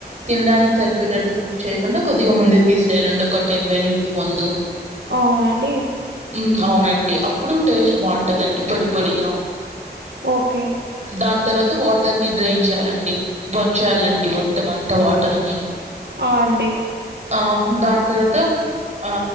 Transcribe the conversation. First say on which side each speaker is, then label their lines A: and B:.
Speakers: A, on the right (about 40°); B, on the right (about 80°).
A: తినడానికి సరిపోయేటట్టు కుక్ చేయకుండా కొద్దిగా ముందే తీసేయాలండి ఒక టెన్ మినిట్స్ ముందు
B: అవునాండి
A: ఉమ్ అవునండి అప్పుడు టేస్ట్ బాగుంటదండి పొడి పొడిగా
B: ఓకే
A: దాని తర్వాత వాటర్ని డ్రైయిన్ చేయాలండి వంచేయాలండి మొత్తం అంత వాటర్ని
B: ఆ అండి
A: ఆ దాని తర్వాత ఆ